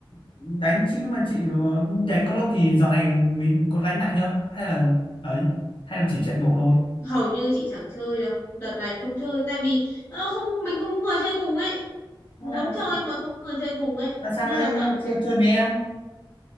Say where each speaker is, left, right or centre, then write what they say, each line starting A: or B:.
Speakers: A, on the left; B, on the left.
A: đánh chính nhưng mà chị ờ, đánh cầu lông thì dạo này mình có đánh lại chưa hay là ấy hay là chỉ chạy bộ thôi
B: hầu như chị chẳng chơi đâu đợt này không chơi tại vì ờ, không mình không có người chơi cùng ấy muốn
A: lúc nào
B: chơi mà không có người chơi cùng ấy
A: sang sang
B: nên
A: đây
B: là toàn phải
A: chơi
B: chạy bộ
A: chơi với em